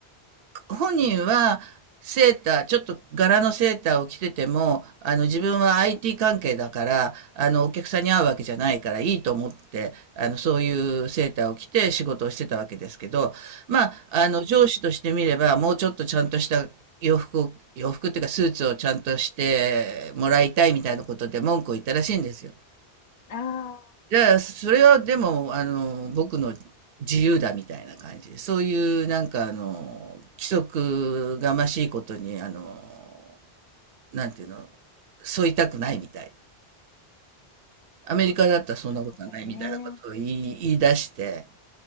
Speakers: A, on the right (about 65°); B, on the left (about 50°).
A: 本人はセーター、ちょっと柄のセーターを着てても、あの自分は IT 関係だから、あのお客さんに会うわけじゃないからいいと思って、あのそういうセーターを着て仕事をしてたわけですけど、まあ、あの上司としてみれば、
B: うん。う
A: もうちょっとちゃんとした洋服を、洋服っていうかスーツをちゃんとしてもらいたいみたいなことで文句を言ったらしいんですよ。
B: ん、ああ、
A: いやいや、それはでも、あの、僕の自由だみたいな感じで、そういうなんかあの、規則がましいことに、あの、なんていうの、沿いたくないみたい。アメリカだったらそんなことはないみたいなことを言い、
B: なるほどね。
A: 言い出して、